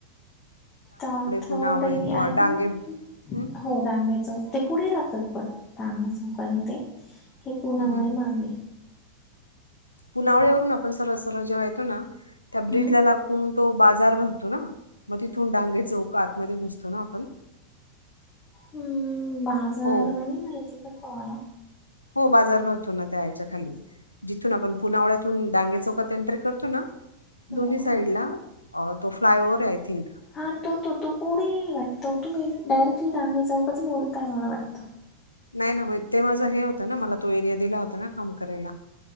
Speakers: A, on the left (about 25°); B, on the left (about 80°).
A: ताथवडे,
B: पुनावळे, तो
A: आय
B: डांगे
A: थिंक
B: हम्म
A: हो डांगे चौक, ते पुढे राहतात बट डांगे चौक आणि ते, हे पूनावळे
B: हम्म हम्म.
A: मागे.
B: पुनावळे वरून आपण सरळ-सरळ जेव्हा येतो ना, त्या ब्रिज
A: हम्म
B: ला गुण, तो बाजार भरतो ना, मग तिथून डांगे चौक आतमध्ये घुसतो ना आपण?
A: ह्म बाजार
B: हो
A: नहीं माहिती बरका माला.
B: हो बाजार भरतो ना, त्या याच्या खाली जिथून आपण पुनावळ्यातून डांगे चौकात एंट्री करतो ना
A: हो
B: दोन्ही साईडला
A: का
B: अ तो फ्लाय ओव्हवर आहे, आय थिंक
A: हा तो तो तो पुढे वाटतो, तुम्ही डायरेक्टली डांगे चौक च बोलताय मला वाटतं.
B: नाय ना बाई ते माझं हे होतं ना, मला तो एरिया दिला होता ना काम करायला.